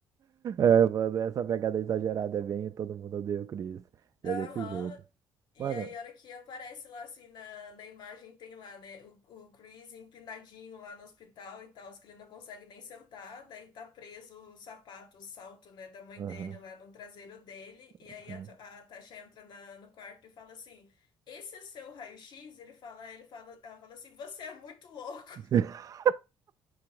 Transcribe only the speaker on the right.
Mano, essa pegada exagerada é bem, e todo mundo odeia o Chris. E
é desse jeito.
Mano,
aham,
aham.
<laughs>